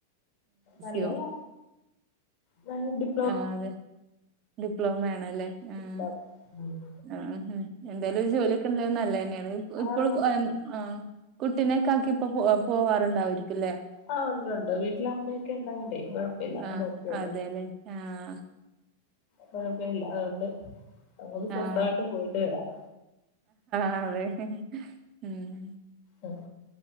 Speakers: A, on the left; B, on the right.
A: നല്ലതാ.
B: യോ
A: <unintelligible>
B: ആഹ് അതെ ഡിപ്ലോമ ആണല്ലേ ഉം.
A: ഡിപ്ലോമ ഉം.
B: ആഹ് എന്തേലും ഒരു ജോലിയൊക്കെ ഉള്ളത് നല്ല തന്നെയാണ് ഇപ്പളും
A: ആണ് ആണ്
B: ആഹ്. ആഹ് കുട്ടിനെക്കെ ആക്കി ഇപ്പോ പോ പോവാറുണ്ടാവരിക്കല്ലേ?
A: ആഹ് ഉണ്ട് ഉണ്ട് വീട്ടില് അമ്മയൊക്കെ ഉണ്ടായണ്ടേ കൊഴപ്പില്ല അമ്മ
B: ആഹ്
A: നോക്കി ക്കോളും.
B: അതെല്ലേ ആഹ്.
A: കൊഴപ്പില്ല അതുകൊണ്ട് നമുക്ക് സ്വസ്ഥമായിട്ട്
B: ആഹ്
A: പോയിട്ട് വരാം.
B: അതെ ഉം.
A: ഉം.